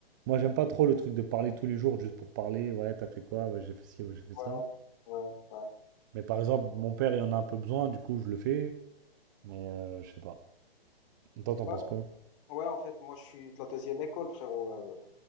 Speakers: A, on the right; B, on the left.
A: Moi, j'aime pas trop le truc de parler tous les jours juste pour parler, ouais, t'as fait quoi, ouais, j'ai fait ci, ouais, j'ai fait ça.
B: ouais, ouais, ouais.
A: Mais par exemple, mon père, il en a un peu besoin, du coup, je le fais, mais euh, je sais pas. Toi, t'en
B: Ouais,
A: penses quoi?
B: ouais, en fait, moi, je suis de la deuxième école, frérot. euh,